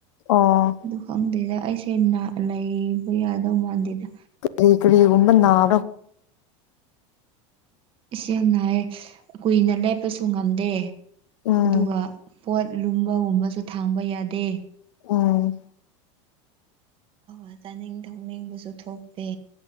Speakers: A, on the left; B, on the right.
A: ꯑꯣ
B: ꯑꯗꯨ ꯈꯪꯗꯦꯗ ꯑꯩꯁꯦ ꯂꯩꯕ ꯌꯥꯗꯧ ꯃꯥꯟꯗꯦꯗ
A: ꯀꯔꯤ ꯀꯔꯤꯒꯨꯝꯕ ꯅꯥꯕ꯭ꯔ
B: ꯏ ꯁꯦ ꯅꯥꯏꯌꯦ ꯀꯨꯏꯅ ꯂꯦꯞꯄꯁꯨ ꯉꯝꯗꯦ
A: ꯎꯝ
B: ꯑꯗꯨꯒ ꯄꯣꯠ ꯂꯨꯝꯕꯒꯨꯝꯕꯁꯨ ꯊꯥꯡꯕ ꯌꯥꯗꯦ
A: ꯎꯝ
B: ꯑ ꯆꯥꯅꯤꯡ ꯊꯧꯅꯤꯡꯕꯁꯨ ꯊꯣꯛꯇꯦ